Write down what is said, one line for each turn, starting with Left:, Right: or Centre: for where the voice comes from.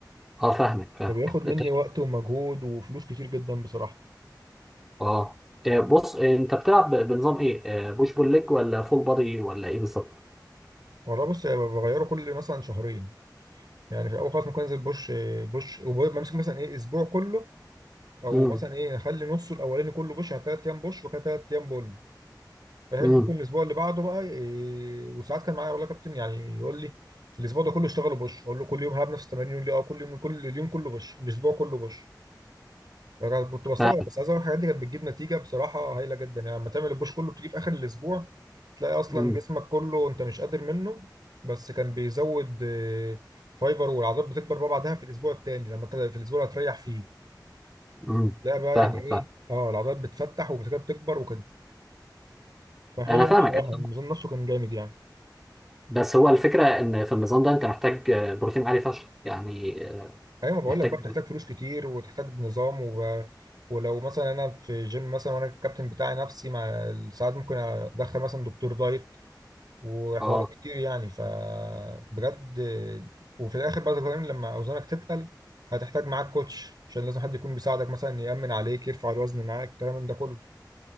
Centre: اه فاهمك فاهمك
Right: فبياخد مني
Centre: اه
Right: وقت ومجهود وفلوس كتير جدا بصراحه
Centre: آه، إيه، بص آه، انت بتلعب ب- بنظام ايه آه، بوش بول ليج ولا فول بادي ولا ايه بالظبط
Right: والله بص أنا بغيره كل مثلا شهرين يعني في الاول خالص ممكن انزل بوش بوش وبمسك مثلا ايه اسبوع كله او
Centre: امم
Right: مثلا ايه اخلي نصه الاولاني كله بوش يعني ثلاث ايام بوش وكده ثلاث ايام بول فاهم
Centre: امم
Right: ممكن الاسبوع اللي بعده بقى إيه وساعات كان معايا والله كابتن يعني يقول لي الاسبوع ده كله اشتغلوا بوش اقول له كل يوم هلعب نفس التمارين يقول لي اه كل يوم كل اليوم كله بوش الاسبوع كله بوش بجد كنت بستغرب
Centre: فاهمك
Right: بس عايز اقول الحاجات دي كانت بتجيب نتيجه بصراحه هايله جدا يعني لما تعمل البوش كله بتيجي في اخر الاسبوع تلاقي اصلا
Centre: امم
Right: جسمك كله انت مش قادر منه بس كان بيزود آه، فايبر والعضلات بتكبر بقى بعدها في الاسبوع التاني لما انت في الاسبوع اللي هتريح فيه
Centre: امم
Right: تلاقي بقى
Centre: فاهمك
Right: يعني ايه
Centre: فاهم
Right: اه العضلات بتفتح وبتكبر بتكبر وكده كان حلو
Centre: انا
Right: أوي
Centre: فاهمك
Right: بصراحه
Centre: أنا فاهمك.
Right: النظام نفسه كان جامد يعني
Centre: بس هو الفكره ان في النظام ده انت محتاج آه، بروتين عالي فشخ يعني آه،
Right: ايوه ما بقول
Centre: محتاج
Right: لك بقى بتحتاج
Centre: بروتين.
Right: فلوس كتير وتحتاج نظام وب... ولو مثلا انا في جيم مثلا وانا الكابتن بتاعي نفسي مع ساعات ممكن ادخل مثلا دكتور دايت وحوارات
Centre: اه
Right: كتير يعني فبجد وفي الاخر بقى ذكرين لما اوزانك تتقل هتحتاج معاك كوتش عشان لازم حد يكون بيساعدك مثلا يأمن عليك يرفع الوزن معاك الكلام من ده كله